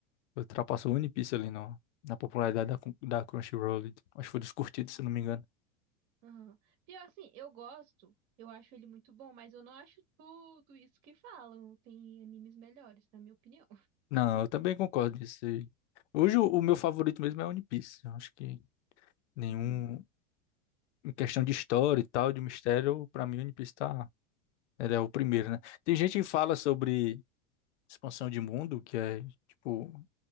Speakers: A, on the left (about 80°); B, on the right (about 40°).
A: Ultrapassou o One Piece ali no, na popularidade da, Crun- da Crunchyroll. Acho que foi dos curtidos, se não me engano.
B: Aham. Pior assim, eu gosto, eu acho ele muito bom, mas eu não acho tudo isso que falam. Tem animes melhores, na minha opinião.
A: Não, eu também concordo nisso aí. Hoje o, o meu favorito mesmo é One Piece. Eu acho que nenhum.
B: Uhum.
A: Em questão de história e tal, de mistério, pra mim One Piece tá. Ele é o primeiro, né? Tem gente que fala sobre expansão de mundo, que é tipo.